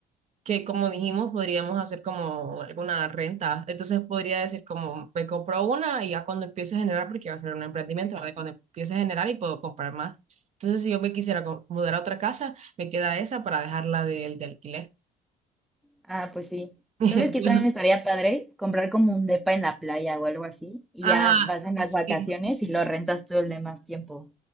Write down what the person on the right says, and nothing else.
que, como dijimos, podríamos hacer como alguna renta. Entonces podría decir como, me compro una y ya cuando empiece a generar, porque va a ser un emprendimiento, ¿verdad? Cuando empiece a generar y puedo comprar más. Entonces, si yo me quisiera co- mudar a otra casa, me queda esa para dejarla del de alquiler.
<laughs>
Ajá,
sí,